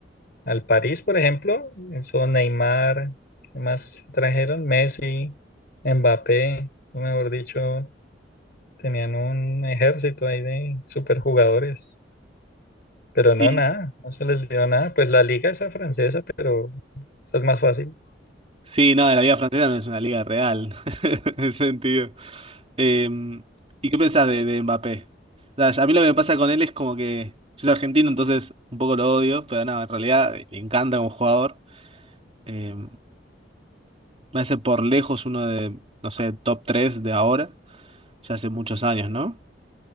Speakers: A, on the left; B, on the right.
A: Al París, por ejemplo, son Neymar, ¿qué más trajeron? Messi, Mbappé, mejor dicho, tenían un ejército ahí de superjugadores. Pero no,
B: Y
A: nada, no se les dio nada. Pues la liga esa francesa, pero esa es más fácil.
B: sí, no, la liga francesa no es una liga real, <laughs> en ese sentido. Eh, ¿y qué pensás de, de Mbappé? O sea, a mí lo que me pasa con él es como que yo soy argentino, entonces un poco lo odio, pero nada, en realidad me encanta como jugador. Eh, me hace por lejos uno de, no sé, top 3 de ahora, ya hace muchos años, ¿no?